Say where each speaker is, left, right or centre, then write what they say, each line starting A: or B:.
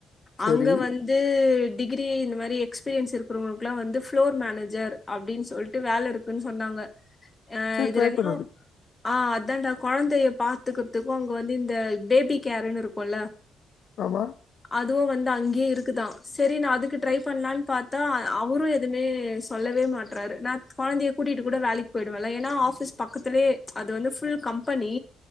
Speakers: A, on the left; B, on the left.
A: சரி
B: அங்க வந்து டிகிரி இந்த மாதிரி எக்ஸ்பீரியன்ஸ் இருக்குறவுங்களுக்குல்லாம் வந்து ஃப்ளோர் மேனேஜர் அப்படின் சொல்ட்டு வேல இருக்குன்னு சொன்னாங்க அ
A: சரி
B: இதுலயும்
A: ட்ரை பண்ணு
B: ஆ அதான்டா கொழந்தைய பாத்துக்கிறதுக்கும் அங்க வந்து இந்த பேபி கேர்ன்னு இருக்கும்ல்ல
A: ஆமா
B: அதுவும் வந்து அங்கே இரு க்குதா சரி நா அதுக்கு ட்ரை பண்ணலான் பாத்தா அவரும் எதுவுமே சொல்லவே மாட்றாரு நா கொழந்தைய கூட்டிட்டு கூட வேலைக்கு போயிடுவல ஏன்னா ஆஃபீஸ் பக்கத்துலயே அது வந்து ஃபுல் கம்பெனி